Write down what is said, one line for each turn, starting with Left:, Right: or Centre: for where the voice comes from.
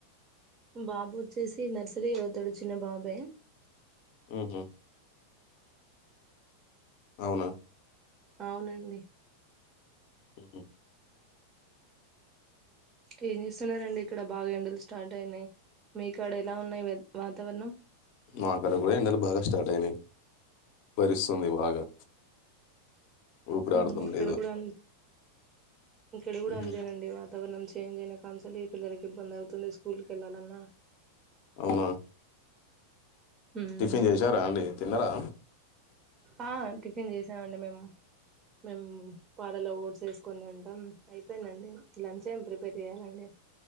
Right: బాబు వచ్చేసి నర్సరీ చదువుతాడు చిన్న బాబి
Left: ఆహ అవునా
Right: అవునండి
Left: హ
Right: ఏం చేస్తున్నండి ఇక్కడ బాగా ఎండలు స్టార్ట్ అయినాయి మీకడ ఎలా ఉన్నాయి వాతావరణం
Left: మాకడ కూడా ఎండలు బాగా స్టార్ట్ అయినాయి పరిస్ తుంది బాగా ఊపిరాడతం
Right: ఉహు ఇక్కడ
Left: లేదు
Right: కూడా అం ఇక్కడ కూడా
Left: ఉహు
Right: అంతేనండి వాతావరణం చేంజ్ అయిన కాన్సల్ ఈ పిల్లలకి ఇబ్బంది అవుతుంది స్కూల్కి వెళ్ళాలన్నా
Left: అవునా
Right: ఉమ్
Left: టిఫిన్ చేసారా అండి తిన్నరా
Right: ఆ టిఫిన్ చేసామండి మేము మేము పాలలో ఓడ్స్ వేసుకుని తింటాం. అయిపోయిందండి. లంచ్ ఏం ప్రిపేర్ చెయ్యాలండి.